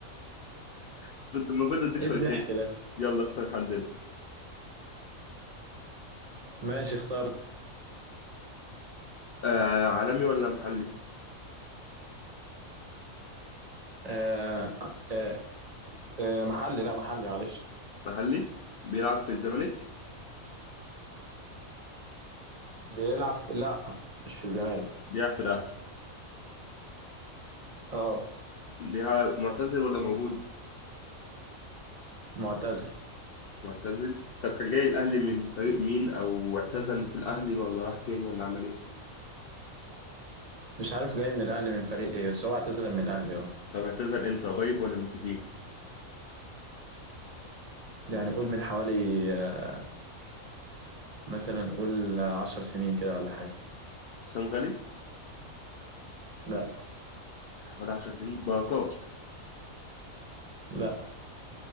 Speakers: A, on the left; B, on the right.
A: <laughs> كنت المفروض اديك
B: ايه
A: شويتين
B: الضحك ده
A: يلا اختار حد انت
B: ماشي اخترت
A: آه عالمي ولا محلي
B: آه آه آه محلي لا محلي معلش
A: محلي بيلعب في الزمالك
B: بيلعب في لا مش في الزمالك
A: بيلعب في الاهلي
B: اه
A: بيلعب معتزل ولا موجود
B: معتزل
A: معتزل طب كان جاي الاهلي من فريق مين او اعتزل في الاهلي ولا راح فين ولا عمل ايه
B: مش عارف جاي من الاهلي من فريق ايه بس هو اعتزل من الاهلي اه
A: طب اعتزل امتى قريب ولا من كتير
B: يعني قول من حوالي آه، مثلا قول آه، عشر سنين كده ولا حاجه
A: حسام غالي
B: لا
A: حوالي 10 سنين بركات
B: لا